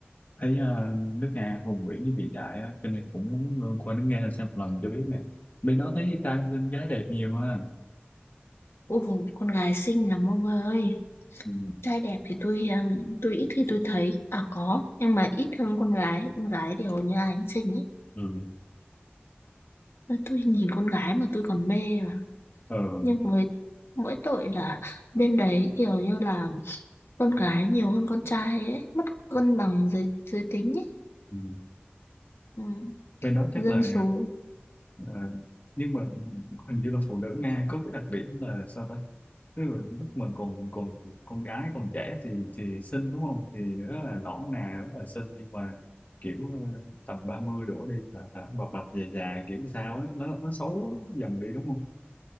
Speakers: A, on the left; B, on the left.
A: thấy ờ, nước Nga hùng vĩ với vĩ đại á, cho nên cũng muốn ờ, qua nước Nga xem một lần cho biết nè bên đó thấy trai bên gái đẹp nhiều ha
B: Ồ, con gái xinh lắm ông ơi.
A: ừ
B: Trai đẹp thì tôi ừm, tôi ít khi tôi thấy. À có, nhưng mà ít hơn con gái. Con gái thì hầu như ai cũng xinh ấy.
A: ừ
B: Mà Tôi nhìn con gái mà tôi còn mê mà.
A: ừ
B: Nhưng mới mỗi tội là bên đấy kiểu như là con gái nhiều hơn con trai ấy. Mất cân bằng giới, giới tính ấy.
A: ừ.
B: Ừ,
A: bên đó chắc
B: dân
A: là
B: số.
A: ờ, ờ, nhưng mà hình như là phụ nữ Nga có cái đặc điểm là sao ta Tức là lúc mà còn còn con gái còn trẻ thì thì xinh đúng không thì rất là nõn nà rất là xinh nhưng mà kiểu ờ, tầm 30 đổ đi là hả bập bập già già kiểu sao á nó nó xấu dần đi đúng không